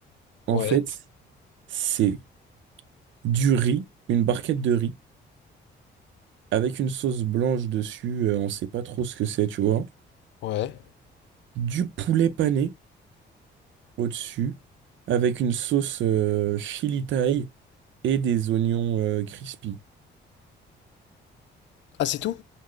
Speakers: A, on the right; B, on the left.
A: En
B: Ouais.
A: fait, c'est du riz, une barquette de riz, avec une sauce blanche dessus, euh, on sait pas trop ce que c'est, tu vois.
B: Ouais.
A: Du poulet pané au-dessus, avec une sauce euh, chili thaï et des oignons euh, crispy.
B: Ah, c'est tout?